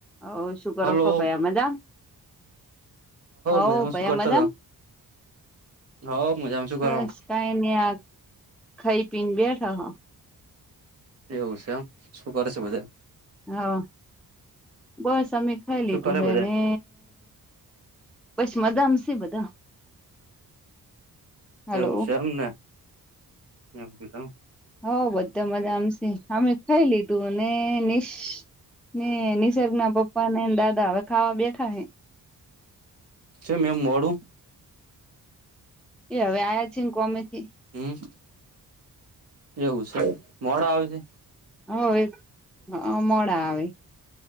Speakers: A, in the centre; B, on the right (about 45°).
A: હ શુગર
B: હલો
A: ઓ ખ ભયા મજા હવ
B: મજામાં
A: ભાઇયા
B: શું કરતા
A: મજામાં
B: હતા હવ મજામાં શું કરો
A: બસ કઈને આ ખાઈ પીન બેઠો.
B: એવું છે એમ. શું કરે છે બધા?
A: હા બસ અમે ખાય લીધુ
B: શું કરે
A: હેને.
B: બધા
A: બસ મજા માં છે બધા. હલો
B: એવું છે એમને એમ કીધું.
A: હઉ બધા મજા આમ છે અમે ખાઈ લીધું અને નિ ને નિસર્ગ ના પપ્પા ને દાદા હવે ખાવા બેઠા હે
B: શું નેમ મોડું
A: એ હવે આયા જ છે ને કોમેથી
B: હમ્મ એવું છે મોડા આવસે.
A: હઓ એક હઅ મોડા આવે